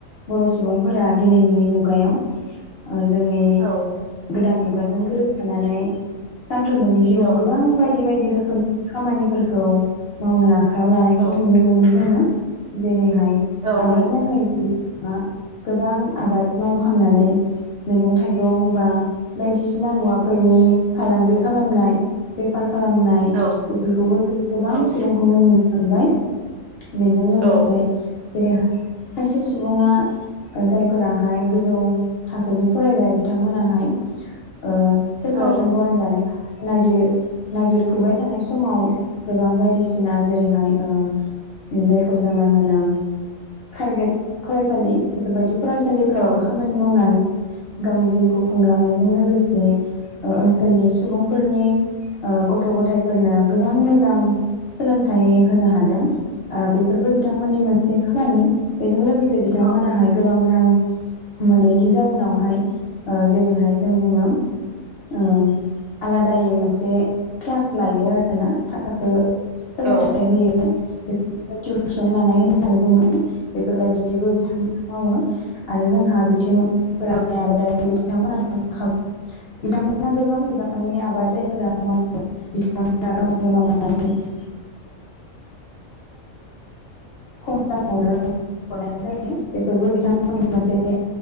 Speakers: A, on the left; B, on the right.
A: बर' सुबुंफोरा दिनैनि मुगायाव ओ जोंनि
B: औ
A: गोदान मुग गाजों गोरोबफानानै सानफ्रोमबोनि जिउआव
B: औ
A: गोबां बायदि बायदि। रोखोमनि खामानिफोरखौ मावनो आ खायाव लानायखौ
B: औ
A: नुनो मोनो जोङो। जेरै हाय
B: औ
A: आबाद
B: नंगौ
A: मावनाय जि बा गोबां आबाद मावखांनानै मैगं थाइ गं बा बायदिसि ना मुवाफोरनि फालांगि खालामनाय बेफार खालामनाय
B: औ
A: बेफोरखौबो जों गोबां
B: औ
A: सुबुंखौनो नुनो मोनबाय। बेजों लोगोसे
B: औ
A: जेरै खायसे सुबुङा जायफोराहाय गोजौ थाखोनि फरायबाय बिथांमोनाहाय ओ सोरखारजों
B: औ
A: गनायजानायखा नागिर नागिरफुबाय थानाय समाव गोबां बायदिसिना जेरैहाय ओ जायखौ जोङो होनो प्राइभेट फरायसालि बेफोरबायदि फरायसालिफोरावबो
B: औ
A: खामानि मावनानै गावनि जिउखौ खुंलांनायजों लोगोसे ओ-ओनसोलनि सुबुंफोरनि ओ गथ' गथायफोरनो गोबां मोजां सोलों थाइ होनो हादों ओ बेफोरबो बिथांमोननि मोनसे मानि बेजों लोगोसे जे बिथांमोनाहाय
B: औ
A: गोबां रां मोनैनि जाउनावहाय ओ जेरैहाय जों बुङो ओ आलादायै मोनसे क्लास लायो आरोना थाखो सोलोंथाइ
B: औ
A: होयो <inaudible> टिउ स सन लानाय होननानै बुङो बेफोरबायदिबो मावो आरो जोंहा बिथिं <unintelligible> बिथांमोना
B: औ
A: <unintelligible> बिथांमोना गोबां बिबांनि आबाद जायफोरा मावो बिथांमोना गावनो मावनानै <unintelligible> खम दामावनो <unintelligible> हरनाय जायो बे फोरबो बिथां मोननि मोनसे